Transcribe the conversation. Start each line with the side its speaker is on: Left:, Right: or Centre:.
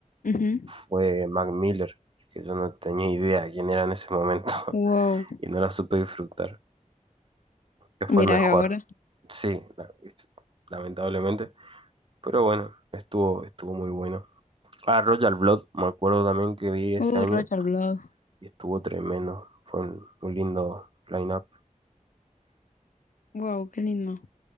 Left: ujú.
Right: fue Mac Miller, que yo no tenía idea quién era en ese momento <laughs>
Left: Wow.
Right: y no la supe disfrutar, que fue
Left: Mira
Right: el mejor.
Left: ahora.
Right: Sí, la- lamentablemente. Pero bueno, estuvo, estuvo muy bueno. Ah, Royal Blood, me acuerdo también que vi ese
Left: Uh,
Right: año
Left: Rocha al Blado.
Right: y estuvo tremendo. Fue un, un lindo line-up.
Left: Wow, qué lindo.